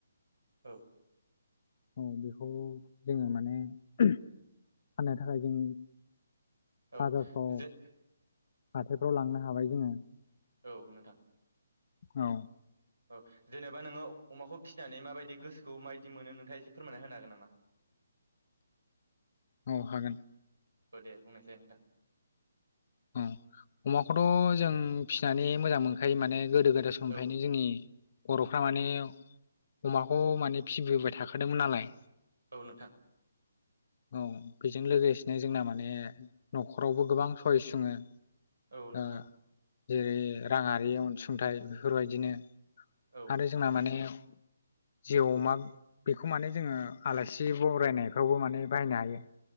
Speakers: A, on the right (about 70°); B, on the left (about 40°).
A: औ
B: औ बेखौ जोङो माने फाननो थाखाय जों
A: औ
B: बाजारफ्राव
A: औ जे
B: हाथायफ्राव लांनो हाबाय जोङो
A: औ नोंथां
B: औ
A: औ जेनेबा नोङो अमाखौ फिनानै माबायदि गोसोखौ माबायदि मोनो नोंथाङा एसे फोरमायना होनो हागोन नामा?
B: औ हागोन।
A: औ दे बुंनायसाय नोंथां।
B: औ अमाखौथ' जों फिनानै मोजां मोनखायो माने गोदो गोदाय समनिफ्रायनो
A: औ
B: जोंनि बर'फ्रा माने अमाखौ माने फिबोबाय थाखादोंमोन नालाय
A: औ नोंथां
B: औ बेजों लोगोसेनो जोंना माने न'खरावबो गोबां सयस सुङो
A: औ नोंथां
B: ओ जेरै- राङारि अनसुंथाइ बेफोरबायदिनो
A: औ
B: आरो जोंना माने जेउ अमा बेखौ माने जोङो आलासि बरायनायफ्रावबो माने बाहायनो हायो।